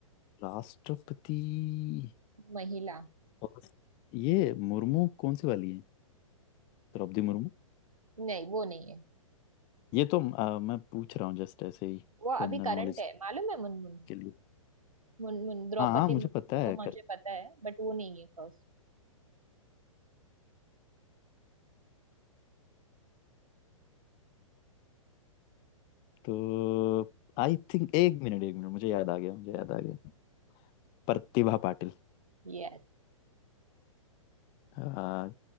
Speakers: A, on the left (about 30°); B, on the right (about 85°).
A: राष्ट्रपति
B: महिला
A: और ये मुर्मू कौन सी वाली है द्रौपदी मुर्मू
B: नहीं वो नहीं है
A: ये तो अ, मैं पूछ रहा हूँ जस्ट ऐसे ही
B: वो अभी
A: जनरल
B: करंट
A: नॉलेज
B: है मालूम है मुनमुन
A: के लिए
B: मुनमुन द्रौपदी
A: हाँ हाँ मुझे
B: मुर्मू
A: पता है
B: वो मुझे पता है बट वो नहीं है फर्स्ट
A: तो आई थिंक एक मिनट एक मिनट मुझे याद आ गया मुझे याद आ गया प्रतिभा पाटिल
B: यस
A: हाँ,